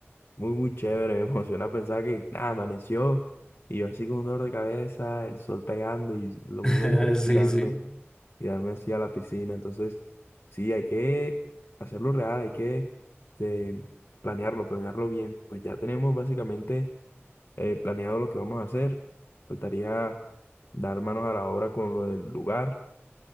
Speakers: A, on the left; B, on the left.
A: muy, muy chévere. <laughs> Me emociona pensar que nada, amaneció y yo así con un dolor de cabeza, el sol pegando y lo
B: <laughs>
A: único que quiero es
B: Sí,
A: tirarme
B: sí.
A: tirarme así a la piscina. Entonces, sí, hay que hacerlo real, hay que este, planearlo, planearlo bien. Pues ya tenemos básicamente eh, planeado lo que vamos a hacer. Faltaría dar manos a la obra con lo del lugar,